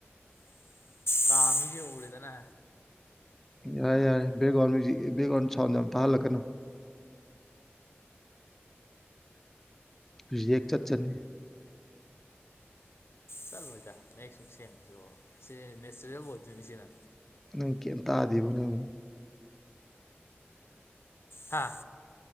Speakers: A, on the left; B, in the centre.
A: ꯀꯥꯃꯤꯁꯔ ꯎꯌꯦꯗꯅ
B: ꯌꯥꯔꯦ ꯌꯥꯔꯦ ꯕꯦꯛꯒ꯭ꯔꯥꯎꯟ ꯕꯦꯛꯒ꯭ꯔꯥꯎꯟ ꯁꯥꯎꯟ ꯌꯥꯝ ꯇꯥꯍꯜꯂꯛꯀꯅꯨ ꯔꯤꯌꯦꯛ ꯆꯠꯆꯅꯤ
A: ꯆꯠꯂꯣꯏꯗ ꯍꯦꯛ ꯁ ꯁꯦꯡꯉꯨꯁꯤ ꯑꯣ ꯁꯤ ꯅꯦꯆꯔꯦꯜ ꯑꯣꯏꯗꯣꯏꯅꯤ ꯁꯤꯅ
B: ꯅꯪ ꯀꯦ ꯇꯥꯗꯦꯕ ꯅꯪ
A: ꯍꯥꯥ